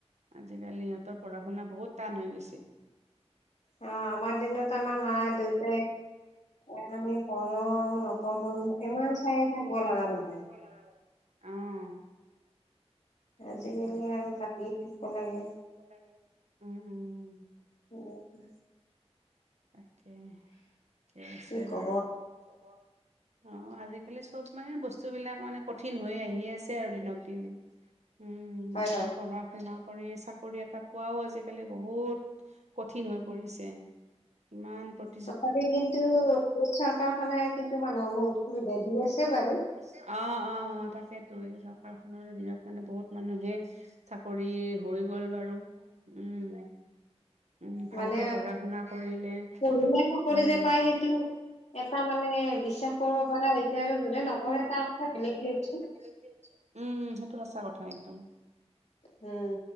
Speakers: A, on the right (about 90°); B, on the left (about 85°).
A: আজিকালি ইহঁতৰ পঢ়া শুনা বহুত টান হৈ গৈছে।
B: অ', আমাৰ দিনত আমাৰ মা দেউতাই এ আমি পঢ়ো নপঢ়ো ইমান চাই থাকবা লগা নহয়।
A: <unintelligible> অ'। তাকেইটো
B: আজিকালি আৰু লাগিয়ে থাকিব লাগে
A: উম, উম।
B: <unintelligible>
A: তাকে থিকে আছে
B: কি কব
A: বাৰু কি কব। অ', আজিকালি চব মানে বস্ বস্তু বিলাক মানে কঠিন হৈ আহি আছে আৰু দিনক দিনে উম,
B: হয়
A: এতিয়া
B: হয়
A: পঢ়া শুনা কৰি চাকৰি এটা পোৱাও আজিকালি বহুত কঠিন হৈ পৰিছে। কিমান প্ৰত
B: তথাপি কিন্তু এই চৰকাৰখনে কিন্তু মানুহক বহুত সুবিধা দি আছে বাৰু।
A: অ', অ', অ', তাকেতো এই চৰকাৰ খনৰ দিনত মানে বহুত মানুহে চাকৰি হৈ গ'ল বাৰু উম, উম, ভালকে
B: মানে
A: পঢ়া শুনা কৰিলে
B: পঢ়িলে চাকৰি
A: উম
B: যে পায় সেইটো এটা মানে বিশ্বাস কৰিব পৰা হৈছে আৰু যোনে নপঢ়ে তাৰ কথা বেলেগ দিয়কচোন।
A: বেলেগ দিয়কচোন উম, উম, সেইটো সঁচা কথা একদম।
B: হুম।